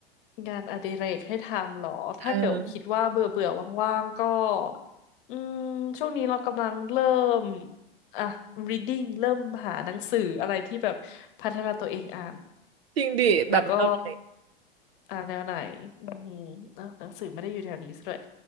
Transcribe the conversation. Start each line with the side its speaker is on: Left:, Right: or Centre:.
Left: งานอดิเรกให้ทำเหรอ
Right: เออ
Left: ถ้าเกิดคิดว่าเบื่อเบื่อว่างๆ ก็ อืมช่วงนี้เรากำลังเริ่ม อ่ะ reading เริ่มหาหนังสืออะไรที่แบบพัฒนาตัวเองอ่าน
Right: จริงดิแบบแนวไหน
Left: แล้วก็อ่าแนวไหนอืมเอ้าหนังสือไม่ได้อยู่แถวนี้ซะด้วย